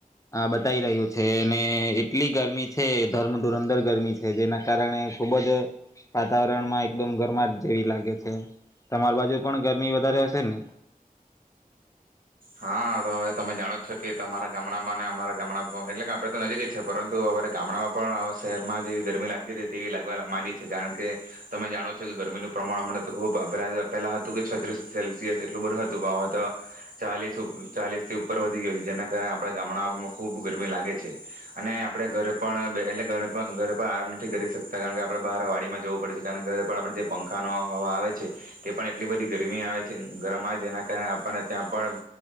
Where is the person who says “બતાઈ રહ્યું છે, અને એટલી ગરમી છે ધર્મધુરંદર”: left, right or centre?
Left